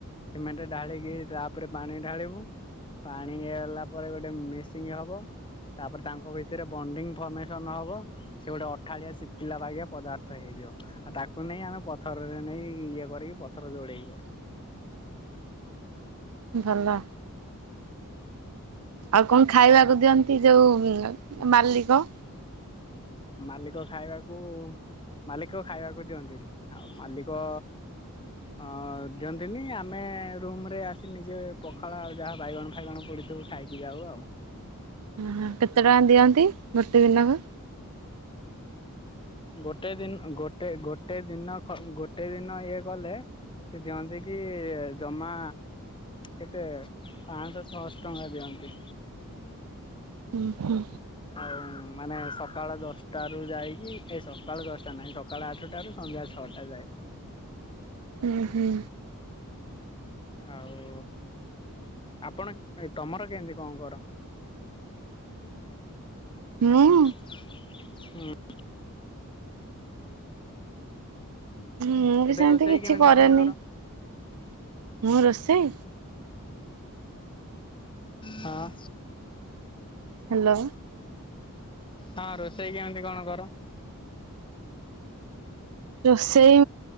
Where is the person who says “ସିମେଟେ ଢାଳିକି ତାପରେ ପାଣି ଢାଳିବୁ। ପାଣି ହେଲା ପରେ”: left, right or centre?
Left